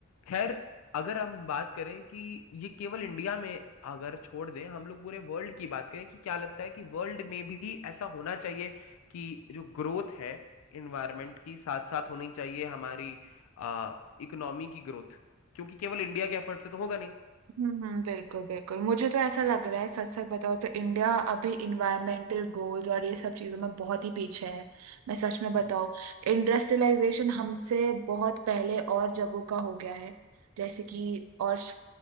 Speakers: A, on the left; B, on the right.
A: खैर अगर हम बात करें कि ये केवल इंडिया में अगर छोड़ दें हम लोग पूरे वर्ल्ड की बात करें कि क्या लगता है कि वर्ल्ड में भी ऐसा होना चाहिए कि जो ग्रोथ है इन्वायरमेंट की साथ साथ होनी चाहिए हमारी आ, इकोनॉमी की ग्रोथ क्योंकि केवल इंडिया के एफर्ट से तो होगा नहीं
B: हम्म हम्म, बिल्कुल बिल्कुल मुझे तो ऐसा लग रहा है सच सच बताओ तो इंडिया अभी इन्वायरमेंटल गोल्स और ये सब चीजों में बहुत ही पीछे है मैं सच में बताऊं
A: हम्म
B: इंडस्ट्रियलाइजेशन हमसे बहुत पहले और जगहों का हो गया है जैसे कि और श-